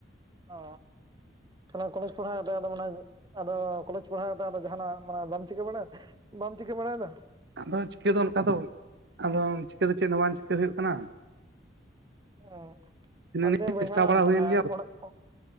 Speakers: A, on the right; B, on the right.
A: ᱚ ᱛᱷᱟᱞᱮ ᱠᱚᱞᱮᱡᱽ ᱯᱟᱲᱦᱟᱣ ᱫᱚ ᱟᱫᱚ ᱢᱟᱱᱮ ᱟᱫᱚ ᱠᱚᱞᱮᱡᱽ ᱯᱟᱲᱦᱟᱣ ᱠᱟᱛᱮ ᱡᱟᱦᱱᱟᱜ ᱢᱟᱱᱮ ᱵᱟᱢ ᱪᱤᱠᱟᱹ ᱵᱟᱲᱟᱭᱮᱫ ᱛᱮ ᱵᱟᱢ ᱪᱤᱠᱟᱹ ᱢᱟᱲᱟᱭᱫᱟ
B: ᱟᱫᱚ ᱪᱤᱠᱟᱹ ᱫᱚ ᱚᱱᱠᱟ ᱫᱚ ᱟᱫᱚ ᱪᱤᱠᱟᱹ ᱫᱚ ᱪᱮᱫ ᱦᱚᱸ ᱵᱟᱝ ᱪᱤᱠᱟᱹ ᱦᱩᱭᱩᱜ ᱠᱟᱱᱟ
A: ᱚ
B: ᱫᱷᱤᱱᱟᱹᱱᱤ
A: ᱟᱫᱚ ᱵᱚᱭᱦᱟ
B: ᱪᱮᱥᱴᱟ ᱵᱟᱲᱟ
A: ᱚᱱᱛᱮᱦᱟᱜ
B: ᱦᱩᱭᱮᱱ ᱜᱮᱭᱟ
A: ᱚᱲᱟᱜ ᱠᱚ